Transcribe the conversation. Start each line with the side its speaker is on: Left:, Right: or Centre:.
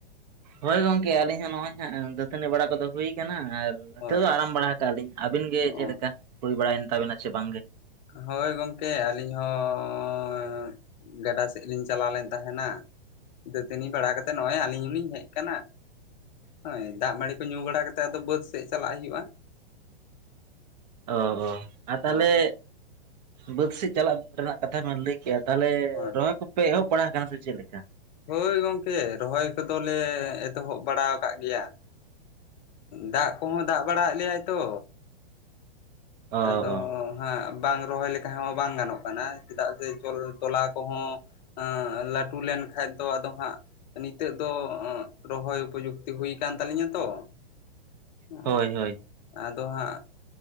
Right: ᱦᱳᱭ ᱜᱚᱝᱠᱮ ᱟᱹᱞᱤᱧ ᱦᱚᱸ ᱱᱚᱜᱼᱚᱭ ᱦᱟᱸᱜ ᱫᱟᱹᱛᱟᱹᱱᱤ ᱵᱟᱲᱟ ᱠᱚᱫᱚ ᱦᱩᱭ ᱟᱠᱟᱱᱟ ᱟᱨ
Left: ᱦᱳᱭ
Right: ᱛᱟᱶ ᱟᱨᱟᱢ ᱵᱟᱲᱟ ᱟᱠᱟᱫ ᱟᱞᱤᱧ᱾ ᱟᱹᱵᱤᱱ ᱜᱮ
Left: ᱚ
Right: ᱪᱮᱫ ᱞᱮᱠᱟ ᱦᱳᱭ ᱵᱟᱲᱟᱭᱮᱱ ᱛᱟᱵᱮᱱᱟ ᱥᱮ ᱵᱟᱝᱜᱮ?
Left: ᱦᱳᱭ ᱜᱚᱝᱠᱮ ᱟᱹᱞᱤᱧ ᱦᱚᱸ ᱦᱚᱸ ᱜᱟᱸᱰᱟ ᱥᱮᱫ ᱞᱤᱧ ᱪᱟᱞᱟᱣ ᱞᱮᱱ ᱛᱟᱦᱮᱱᱟ᱾ ᱫᱟᱹᱛᱟᱹᱱᱤ ᱵᱟᱲᱟ ᱠᱟᱛᱮᱜ ᱱᱚᱜᱼᱚᱭ ᱟᱹᱞᱤᱧ ᱦᱚᱸᱞᱤᱧ ᱦᱮᱡ ᱟᱠᱟᱱᱟ᱾ ᱦᱳᱭ ᱫᱟᱜ ᱢᱟᱰᱤ ᱠᱚ ᱧᱩ ᱵᱟᱲᱟ ᱠᱟᱛᱮᱫ ᱟᱫᱚ ᱵᱟᱹᱫ ᱥᱮᱡ ᱪᱟᱞᱟᱜ ᱦᱩᱭᱩᱜᱼᱟ᱾
Right: ᱚ ᱚ ᱟᱨ ᱛᱟᱦᱚᱞᱮ
Left: ᱦᱳᱭ
Right: ᱵᱟᱹᱫᱽ ᱥᱮᱡᱽ ᱪᱟᱞᱟᱜ ᱨᱮᱱᱟᱜ ᱠᱟᱛᱷᱟ ᱵᱮᱱ ᱞᱟᱹᱭ ᱜᱮᱭᱟ ᱛᱟᱦᱚᱞᱮ
Left: ᱦᱳᱭ
Right: ᱨᱚᱦᱚᱭ ᱠᱚᱯᱮ ᱮᱦᱚᱵ ᱵᱟᱲᱟ ᱟᱠᱟᱱᱟ ᱥᱮ ᱪᱮᱫ ᱞᱮᱠᱟ?
Left: ᱦᱳᱭ ᱜᱚᱝᱠᱮ ᱨᱚᱦᱚᱭ ᱠᱚᱫᱚᱞᱮ ᱮᱛᱚᱦᱚᱵ ᱵᱟᱲᱟ ᱟᱠᱟᱫ ᱜᱮᱭᱟ᱾ ᱫᱟᱜ ᱠᱚᱦᱚᱸ ᱫᱟᱜ ᱵᱟᱲᱟ ᱟᱜ ᱞᱮᱭᱟ ᱛᱚ
Right: ᱚ
Left: ᱟᱫᱚ
Right: ᱚ
Left: ᱦᱟᱜ ᱵᱟᱝ ᱨᱚᱦᱚᱭ ᱞᱮᱠᱷᱟᱱ ᱛᱟᱦᱮ ᱦᱚᱸ ᱵᱟᱝ ᱜᱟᱱᱚᱜ ᱠᱟᱱᱟ ᱪᱮᱫᱟᱜ ᱥᱮ ᱛᱚᱞᱟ ᱠᱚᱦᱚᱸ, ᱟᱸ ᱞᱟᱹᱴᱩ ᱞᱮᱱ ᱠᱟᱱᱡ ᱫᱚ ᱟᱫᱚ ᱦᱟᱸᱜ ᱱᱤᱛᱚᱜ ᱫᱚ ᱨᱚᱦᱚᱭ ᱩᱯᱚᱡᱩᱠᱛᱤ ᱦᱩᱭ ᱟᱠᱟᱱ ᱛᱟᱞᱤᱧᱟ ᱛᱚ ᱦᱮᱸ
Right: ᱦᱳᱭ ᱦᱳᱭ
Left: ᱟᱫᱚ ᱦᱟᱸᱜ